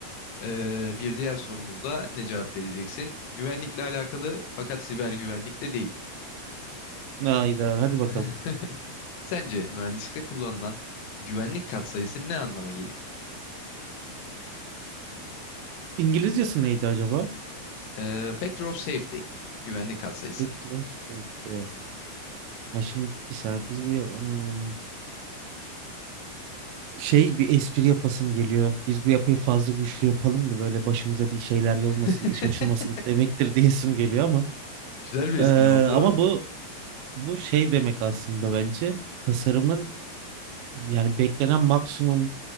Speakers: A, on the left (about 75°); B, on the right (about 85°).
A: eee, bir diğer sorumuzda ne cevap vereceksin? Güvenlikle alakalı fakat siber güvenlikte değil.
B: Hayda hadi bakalım.
A: <laughs> Sence mühendislikte kullanılan güvenlik katsayısı ne anlama geliyor?
B: İngilizcesi neydi acaba?
A: Eee, factor of safety. Güvenlik katsayısı.
B: Back to safety. Ya şimdi bir saniye biz bu hmm. şey bir espri yapasım geliyor. Biz bu yapıyı fazla güçlü yapalım da böyle başımıza bir şeyler
A: <laughs>
B: olmasın, iş açılmasın demektir <laughs> diyesim geliyor ama
A: Güzel bir
B: Ee,
A: espri oldu.
B: ama bu bu şey demek aslında bence tasarımın yani beklenen maksimum